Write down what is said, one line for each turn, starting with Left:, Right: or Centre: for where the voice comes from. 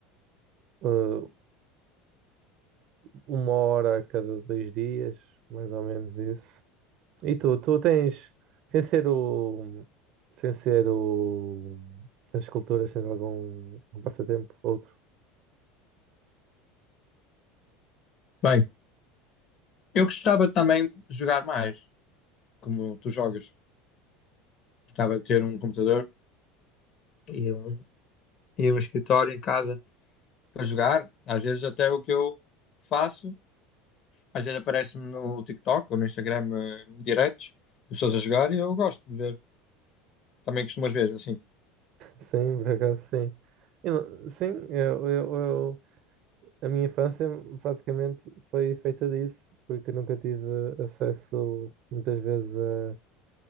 Right: eh, uma hora a cada dois dias, mais ou menos isso. E tu, tu tens, sem ser o, sem ser o, as esculturas, tens algum um passatempo, outro?
Left: Bem, eu gostava também de jogar mais, como tu jogas. Gostava de ter um computador e um, e um escritório em casa para jogar. Às vezes até o que eu faço, às vezes aparece-me no TikTok ou no Instagram eh, diretos, de pessoas a jogar e eu gosto de ver. Também costumas ver, assim.
Right: Sim, por acaso sim. Eu não- sim, eu, eu, eu- a minha infância praticamente foi feita disso, porque eu nunca tive acesso muitas vezes a,